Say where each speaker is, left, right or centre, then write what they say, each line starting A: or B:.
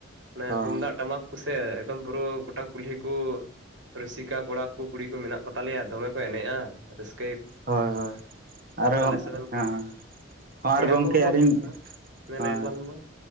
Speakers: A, on the right; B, on the right.
A: ᱢᱟᱱᱮ
B: ᱦᱚᱸ
A: ᱛᱩᱢᱫᱟᱜ ᱴᱟᱢᱟᱠ ᱠᱩᱥᱮ ᱮᱠᱫᱚᱢ ᱯᱩᱨᱟᱹ ᱜᱚᱴᱟ ᱠᱩᱞᱦᱤ ᱠᱚ᱾ ᱨᱩᱥᱤᱠᱟ ᱠᱚᱲᱟ ᱠᱚ ᱠᱩᱲᱤ ᱠᱚ ᱢᱮᱱᱟᱜ ᱠᱚᱛᱟᱞᱮᱭᱟ ᱫᱚᱢᱮ ᱠᱚ ᱮᱱᱮᱡᱼᱟ ᱨᱟᱹᱥᱠᱟᱹ,
B: ᱦᱳᱭ ᱦᱳᱭ ᱟᱨᱚ
A: ᱥᱮᱫ ᱨᱮᱱ
B: ᱦᱮᱸ᱾ ᱦᱚᱸ ᱟᱨ
A: ᱯᱮᱲᱟ
B: ᱜᱚᱢᱠᱮ
A: ᱠᱚᱦᱚᱸ ᱠᱚ
B: ᱟᱹᱞᱤᱧ
A: ᱦᱤᱡᱩᱜ ᱛᱟᱦᱮᱱᱟ ᱚᱱᱮ
B: ᱦᱮᱸ᱾
A: ᱞᱟᱹᱭ ᱛᱟᱞᱟᱝ ᱢᱮ ᱢᱟ᱾